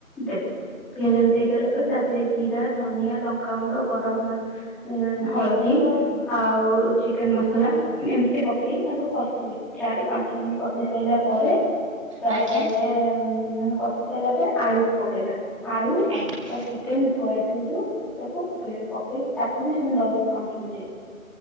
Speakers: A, in the centre; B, on the right.
A: ଦେବେ, ପିଆଜ ରେ ଦେଇ ସାରିଲା ପରେ ତାଦେରେ ଜିରା, ଧନିଆ, ଲଙ୍କାଗୁଣ୍ଡ, ଗରମ ମ ଉଁ ହଳଦୀ ଆଉ ଚିକେନ୍ ମସଲା ଏମ୍ତି ପ କେଇ ତାକୁ କଷିବେ ଚାରି ରୁ ପାଞ୍ଚ ମୀନଟି କଷି ସାଇଲା ପରେ ତାପରେ
B: ଆଜ୍ଞା ଆଜ୍ଞା
A: ମାନେ କଷି ସାଇଲା ପରେ ଆଳୁକୁ ପକେଇବା। ଆଳୁ
B: ଆଜ୍ଞା
A: ଆଉ ଚିକେନ ଧୁଆ ହେଇଥିବ ଯୋଉ ତାକୁ ପକେଇବେ ପକେଇକି ତା କୁ ବି ସେମତି ଦଶରୁ ପାଞ୍ଚ ମିଟି